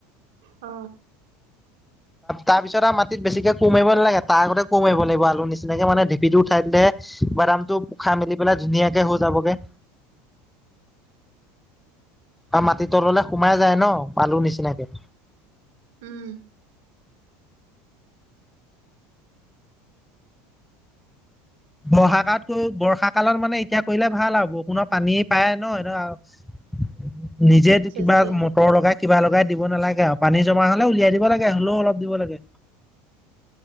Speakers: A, on the right (about 75°); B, in the centre.
A: অ
B: তাৰপিছত আৰু মাটিত বেছিকে কোৰ মাৰিব নালাগে, তাৰ আগতেই কোৰ মাৰিব লাগিব, আলু নিচিনাকে মানে ভেটিটো উঠাই দিলেহে বাদামটো খাই মেলি পেলাই ধুনীয়াকে হৈ যাবগে। আৰু মাটি তললে সোমাই যায় ন, আলু নিচিনাকে।
A: উম।
B: মহাকাতকৈ বৰ্ষাকালত মানে এতিয়া কৰিলে ভাল আৰু, বৰষুণৰ পানী পায় ন নিজেই
A: চেচ
B: কিবা
A: দিয়া হ'ল
B: মটৰ লগাই কিবা লগাই দিব নালাগে আৰু, পানী জমা হ'লে উলিয়াই দিব লাগে, হ'লেও অলপ দিব লাগে।